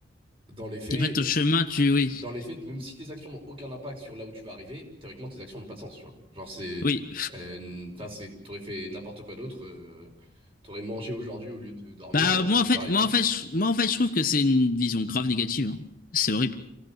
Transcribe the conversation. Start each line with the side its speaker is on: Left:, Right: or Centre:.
Right: dans les faits,
Left: Après ton chemin tu oui.
Right: dans les faits, même si tes actions n'ont aucun impact sur là où tu vas arriver, théoriquement, tes actions n'ont pas de sens, tu vois. Genre, c'est.
Left: Oui.
Right: euh, Enfin, c'est. T'aurais fait n'importe quoi d'autre, euh, t'aurais mangé aujourd'hui au lieu de dormir,
Left: Bah
Right: euh,
Left: moi
Right: ça aurait été
Left: en fait
Right: pareil,
Left: moi
Right: tu
Left: en
Right: vois.
Left: fait je, moi en fait je trouve que c'est une vision grave négative. hein. C'est horrible.